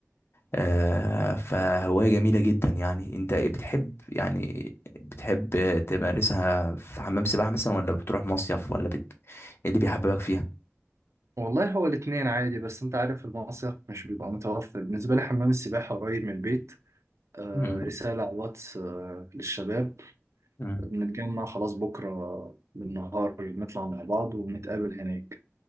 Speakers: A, on the left; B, on the right.
A: آه فهوايه جميله جدا يعني انت بتحب يعني بتحب تمارسها في حمام سباحه مثلا ولا بتروح مصيف ولا بت... ايه اللي بيحببك فيها
B: والله هو الاتنين عادي بس أنت عارف المصيف مش بيبقى متوفر بالنسبة لي حمام السباحة قريب من البيت آه
A: مم.
B: رسالة على الواتس آه للشباب
A: مم.
B: بنتجمع خلاص بكرة بالنهار نطلع مع بعض ونتقابل هناك